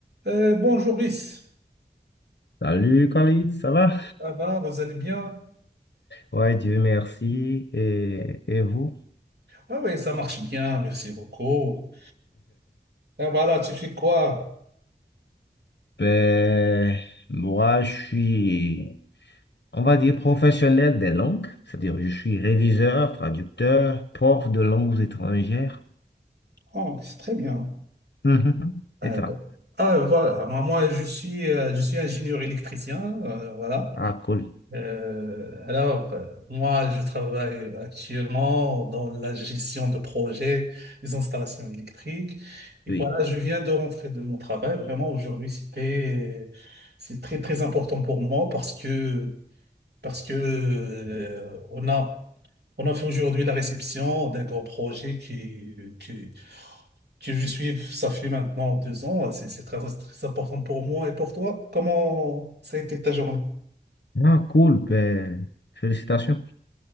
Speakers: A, on the right (about 70°); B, on the left (about 70°).
A: Euh, bonjour Brice,
B: Salut Khalid, ça va?
A: ça va, vous allez bien?
B: Ouais, Dieu merci. Et, et vous? <laughs>
A: Ah oui, ça marche bien, merci beaucoup. Et voilà, tu fais quoi?
B: Ben, moi, je suis, on va dire, professionnel des langues, c'est-à-dire je suis réviseur, traducteur, prof de langues étrangères. <laughs>
A: Oh, c'est très bien.
B: Mhm. Et
A: Euh,
B: toi?
A: Ah, voilà, moi moi, je suis, euh, je suis ingénieur électricien, euh, voilà.
B: Ah, cool.
A: Euh, alors, euh, moi, je travaille actuellement dans la gestion de projets, des installations électriques. Et
B: Oui.
A: voilà, je viens de rentrer de mon travail. Vraiment, aujourd'hui, c'était, c'est très, très important pour moi parce que Parce que euh, on a on a fait aujourd'hui la réception d'un grand projet qui, qui que je suis ça fait maintenant deux ans. C'est c'est très très important pour moi et pour toi. Comment ça a été ta journée?
B: Ah, cool. Ben, félicitations.